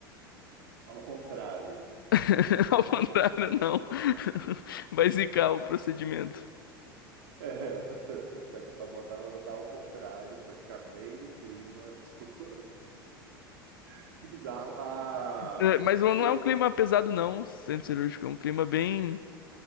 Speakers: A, on the right (about 60°); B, on the left (about 65°).
A: Ao contrário,
B: <laughs>
A: pra
B: Ao contrário,
A: tocar.
B: não. <laughs> Vai zicar o procedimento.
A: É, <laughs> só que é pra botar, vai botar ao contrário, pra ficar bem no clima. Tipo, <laughs> que bizarro. Ah,
B: É, Mas não
A: é,
B: é um clima
A: é,
B: pesado, não, centro cirúrgico. É um clima bem,